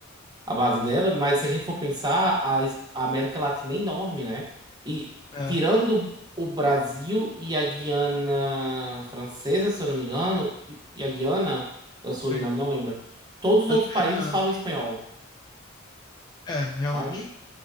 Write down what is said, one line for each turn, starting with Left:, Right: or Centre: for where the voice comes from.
Right: a base dela, mas se a gente for pensar, a, es- a América Latina é enorme, né? E
Left: É,
Right: tirando o Brasil e a Guiana Francesa, se eu não me engano, e e a Guiana, o Suriname,
Left: sim.
Right: não lembro, todos os
Left: Acho
Right: outros
Left: que
Right: países
Left: é Guiana,
Right: falam
Left: acho.
Right: espanhol.
Left: É, realmente.
Right: sabe?